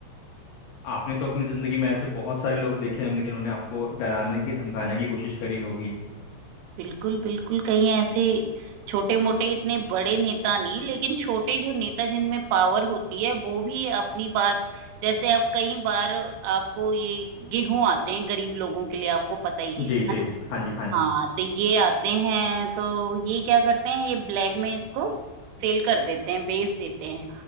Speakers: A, on the left; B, on the right.
A: आपने तो अपनी जिंदगी में ऐसे बहुत सारे लोग देखे होंगे जिन्होंने आपको डराने की धमकाने की कोशिश करी होगी
B: बिल्कुल बिल्कुल कहीं ऐसे छोटे मोटे इतने बड़े नेता नहीं लेकिन छोटे जो नेता जिनमें पावर होती है वो भी अपनी बात जैसे अब कई बार आपको ये गेहूं आते हैं गरीब लोगों के लिए आपको पता ही है
A: जी
B: है
A: जी हाँ जी हाँ जी
B: हाँ तो ये आते हैं तो ये क्या करते हैं ये ब्लैक में इसको सेल कर देते हैं बेच देते हैं